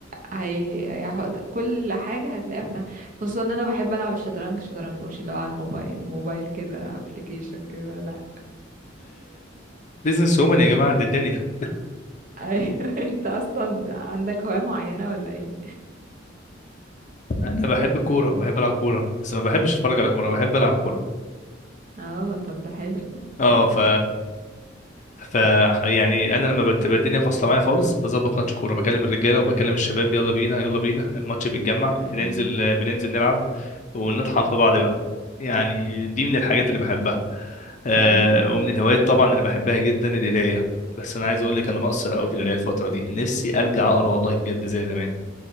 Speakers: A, on the right; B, on the left.
A: هي... هيحط كل حاجه هتلاقيها في ناحية. خصوصا ان انا بحب العب الشطرنج شطرنج مش اللي هو على الموبايل موبايل كده ابلكيشن كده لا
B: بيزنس وومن يا جماعة دي الدنيا
A: ايوه <laughs> انت اصلا عندك هوايه معينه ولا ايه
B: انا بحب الكوره بحب العب كوره بس ما بحبش اتفرج على كوره بحب العب كوره
A: اه طب ده حلو
B: اه ف ف يعني انا لما بتبقى الدنيا فاصله معايا خالص بظبط ماتش كوره بكلم الرجاله وبكلم الشباب يلا بينا يلا بينا الماتش بيتجمع
A: <laughs> ايوه
B: بننزل بننزل نلعب ونطحن في بعض بقى يعني دي من الحاجات اللي بحبها آه
A: ايوه
B: ومن الهوايات طبعا اللي بحبها جدا القرايه بس انا عايز اقول لك انا مقصر قوي في القرايه الفتره دي نفسي ارجع اقرا والله بجد زي زمان